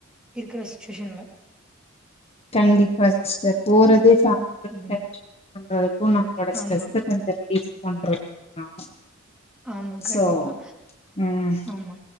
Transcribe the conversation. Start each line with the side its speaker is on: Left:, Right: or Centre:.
Centre: இருக்கற சுச்சுவேஷன்ல
Left: கண்டிப்பா சிஸ்டர் போறதே பேமிலி <inaudible>
Centre: ம்
Left: ஸ்பென் பண்றதுக்கு நம்ளோட ஸ்ட்ரெஸ்சு
Centre: ஆமா
Left: கொஞ்ச ரிலீஃப் பண்றதுக்கு தா
Centre: ஆமா கண்டிப்பா
Left: சோ ம்
Centre: ஆமா